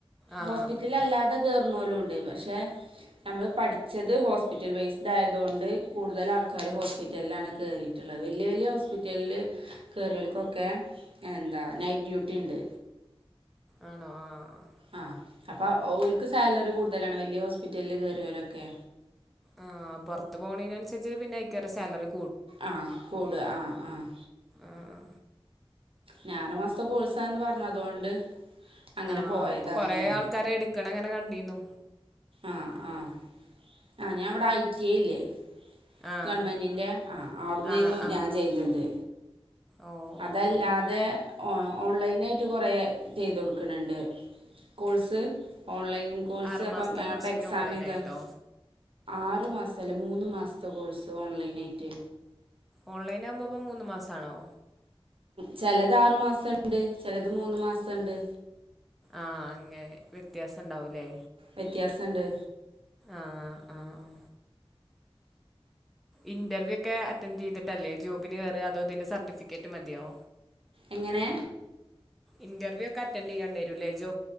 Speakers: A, in the centre; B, on the right.
A: ആ
B: ഹോസ്പിറ്റലല്ലാതെ കേറുണൊലും ഉണ്ട് പഷേ നമ്മള് പഠിച്ചത് ഹോസ്പിറ്റൽ ബെസ്ഡ് ആയതുകൊണ്ട് കൂടുതൽ ആൾക്കാർ ഹോസ്പിറ്റലിലാണ് കേറി ട്ട്ള്ളെ വല്യ വല്യ ഹോസ്പിറ്റലിൽ കേറിയൊൽക്കൊക്കെ എന്താ നൈറ്റ് ഡ്യൂട്ടിണ്ട്
A: ആണോ ആഹ്
B: ആഹ് അപ്പോ ഓല്ക്ക് സാലറി കൂടുതലാണ് വല്യ ഹോസ്പിറ്റലിൽ കേറിയോലൊക്കെ
A: ആഹ് പൊറത്ത് പോണെനനുസരിച്ച് പിന്നെ അയ്ക്കെറെ സാലറിക്
B: ആഹ് കൂടാ ആഹ് ആഹ്
A: ആഹ്
B: ന്നാറു മാസത്തെ കൊഴ്സാന്ന് പറഞ്ഞതുകൊണ്ട് അങ്ങനെ
A: ആഹ്
B: പോയതാണ്
A: അപ്പോ കൊറെേ
B: ഞാന്
A: ആൾക്കാരെ എടുക്കണ അങ്ങനെ കണ്ടിനു
B: ആഹ് ആഹ് ആഹ് ഞാവടെ ഐ ടി ഐ ഇല്ലേ
A: ആഹ്
B: ഗവൺമെൻറ്റിൻ്റെ ആഹ് അവടന്നെന്നു
A: ആഹ് ആഹ്
B: ഞാ ചെയ്തത്
A: ഓഹ്
B: അതല്ലാതെ ഓ ഓൺലൈനായിട്ട് കൊറെ ചെയ്ത് കൊടുക്ക്‌ണ് ണ്ട് കോഴ്സ് ഓൺലൈൻ കോഴ്സ്
A: ആറ്
B: അപ്പം
A: മാസത്തെ കോഴ്സന്നെ
B: അപ്പം എക്സാം
A: ഓൺലൈനായിട്ടോ
B: എയ്താന് ആറു മാസഅല്ല മൂന്ന് മാസത്തെ കോഴ്സ് ഓൺലൈനായിറ്റ്
A: ഓൺലൈൻ ആകുമ്പോപ്പോമൂന്ന് മാസാണോ
B: ചെലത് ആറ്മാസം ഇണ്ട് ചെലത് മൂന്ന് മാസംഇണ്ട്
A: ആഹ് അങ്ങനെ വ്യത്യാസം ഉണ്ടാവൂലേ
B: വ്യത്യാസണ്ട്
A: ആഹ് ആഹ് ഇന്റർവ്യൂ ഒക്കെ അറ്റൻഡ് ചെയ്തിട്ടല്ലേ ജോബിന് കേറാ അതോതിന്റെ സർട്ടിഫിക്കറ്റ് മതിയൊ
B: എങ്ങനെ?
A: ഇന്റർവ്യൂ ഒക്കെ അൻഡന്റ്യ്യണ്ടരുല്ലേ ജോ